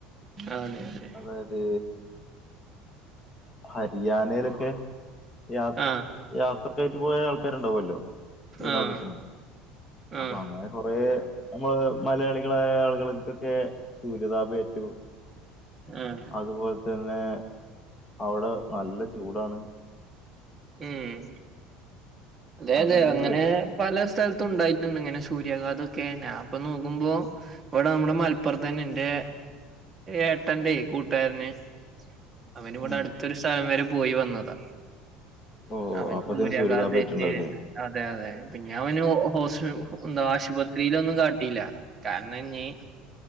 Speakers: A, on the right; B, on the left.
A: അതെ അതെ
B: അതായത് ഹരിയാനയിലൊക്കെ യാ
A: ആഹ്
B: യാത്രക്കായിട്ട് പോയ ആൾക്കാരുണ്ടാവല്ലോ വിനോദത്തിന്.
A: ആഹ് ആഹ്
B: അപ്പൊ അങ്ങനെ കൊറേ നമ്മളേ മലയാളികളായ ആളുകൾക്കൊക്കെ സൂര്യതാപേറ്റു.
A: ആഹ്
B: അതുപോൽ തെന്നെ അവിടെ നല്ല ചൂടാണ്.
A: ഉം അതെ,
B: അങ്ങനെയൊക്കെ
A: അതെ അങ്ങനെ
B: കേട്ടു
A: പല സ്ഥലത്തും ഉണ്ടായിട്ടുണ്ട്. ഇങ്ങനെ സൂര്യാഘാതൊക്കെ ഞാൻ ഇപ്പൊ നോക്കുമ്പോ വിടെ നമ്മുടെ മലപ്പുറത്തന്നെ ഇന്റെ ഏട്ടന്റെ കൂട്ടുകാരന് അവന് ഇവിടെ
B: ഉം
A: അടുത്തൊരു സ്ഥലം വരെ പോയി വന്നതാ,
B: ഓ
A: അവൻക്ക്
B: അപ്പത്തേന്
A: സൂര്യാഘാതേ
B: സൂര്യതാപേറ്റുണ്ടാവുല്ലേ
A: അതെ, അതെ പ്പി ഞാവന് ഹോസ്, എന്താ ആശുപ സ്ക്രീനൊന്നും കാട്ടില്ല കാരണഞ്